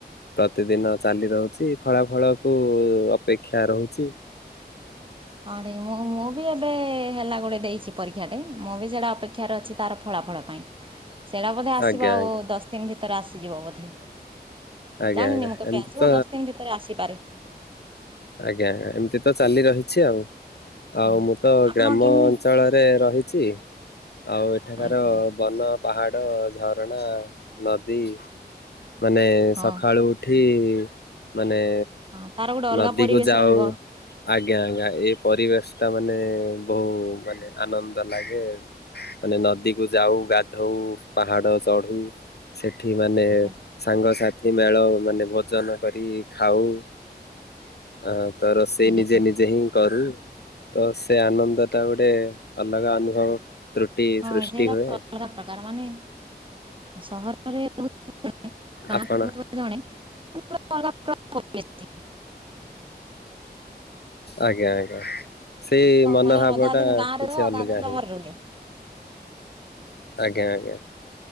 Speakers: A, on the left; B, on the right.
A: ପ୍ରତିଦିନ ଚାଲି ରହୁଚି ଫଳା ଫଳ କୁ ଅପେକ୍ଷା ରହୁଚି।
B: ଆଡ ମୁଁ ମୁଁ ବି ଏବେ। ହେଲା ଗୋଟେ ଦେଇଚି ପରୀକ୍ଷାଟେ ମୁଁ ବି ସେଇଟା ଅପେକ୍ଷାରେ ଅଛି ତାର ଫଳାଫଳ ପାଇଁ। ସେଇଟା ବୋଧେ ଆସିବ
A: ଆଜ୍ଞା
B: ଆଉ
A: ଆଜ୍ଞା
B: ଦଶ ଦିନ ଭିତରେ ଆସିଯିବ ବୋଧେ।
A: ଆଜ୍ଞା
B: ଜାଣିନି
A: ଆଜ୍ଞା
B: ମୁଁ କେବେ
A: ଏମିତି
B: ଆସିବ
A: ତ
B: ଦଶ ଦିନ ଭିତରେ ଆସିପାରେ।
A: ଆଜ୍ଞା ଆଜ୍ଞା ଏମିତି ତ ଚାଲି ରହିଛି ଆଉ।
B: ହଁ
A: ଆଉ ମୁଁ ତ
B: ଆପଣ
A: ଗ୍ରାମ
B: କେମି
A: ଅଞ୍ଚଳରେ ରହିଛି। ଆଉ ଏଠାକାର
B: ଆଜ୍ଞା
A: ବନ ପାହାଡ଼ ଝରଣା ନଦୀ ମାନେ
B: ହଁ
A: ସକାଳୁ ଉଠି ମାନେ
B: ହଁ ତାର ଗୋଟେ ଅଲଗା
A: ନଦୀ
B: ପରିବେଶ
A: କୁ ଯାଉ
B: ରହିବ
A: ଆଜ୍ଞା ଆଜ୍ଞା ଏଇ ପରିବେଶ ଟା ମାନେ ବହୁ ମାନେ ଆନନ୍ଦ ଲାଗେ ମାନେ ନଦୀକୁୁ ଯାଉ ଗାଧଉ ପାହାଡ ଚଢୁ ସେଠ ଏଠି ମାନେ
B: ଆଜ୍ଞା
A: ସାଙ୍ଗସାଥି ମେଳ ମାନେ ଭୋଜନ କରି ଖାଉ। ଆ ତ ରୋଷେଇ
B: ଆଜ୍ଞା
A: ନିଜେ ନିଜେ ହିଁ କରୁ। ତ ସେ ଆନନ୍ଦ ଟା ଗୋଟେ ଅଲଗା ଅନୁଭବ ତ୍ରୁଟି
B: ହଁ
A: ସୃଷ୍ଟି
B: ସେଇଟା
A: ହୁଏ
B: ଅଲଗା ପ୍ରକାର ମାନେ ସହରରେ ଗାଁହୁ
A: ଆପଣ
B: ଜଣେ <unintelligible> ପଳାଛି।
A: ଆଜ୍ଞା ଆଜ୍ଞା ସେଇ ମନୋଭାବ
B: ମାନେ ଅଧା
A: ଟା
B: ଦିନ ଗାଁରେ
A: କିଛି
B: ରହେ ଅଧା
A: ଅଲଗା
B: ଦିନ ସହରରେ
A: ହିଁ।
B: ରୁହେ
A: ଆଜ୍ଞା ଆଜ୍ଞା।